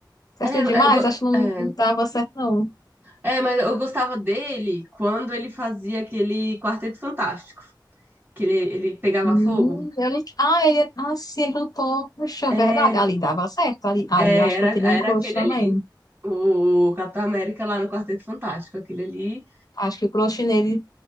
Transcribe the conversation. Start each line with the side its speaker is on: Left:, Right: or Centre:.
Left: Certinho
Right: É,
Left: demais,
Right: eu, go-
Left: acho que não,
Right: é.
Left: não dava certo, não.
Right: É, mas eu gostava dele quando ele fazia aquele Quarteto Fantástico, que ele, ele pegava
Left: Hum,
Right: fogo.
Left: eu não- Ah, ele é. Ah, sim, ele lutou. Puxa, é
Right: É,
Left: verdade. Ali dava certo. Ali, ali
Right: é,
Left: eu acho
Right: era,
Left: que eu teria
Right: era
Left: um crush
Right: aquele
Left: também.
Right: ali, o Capitão América lá no Quarteto Fantástico, aquele ali.
Left: Acho que o crush nele,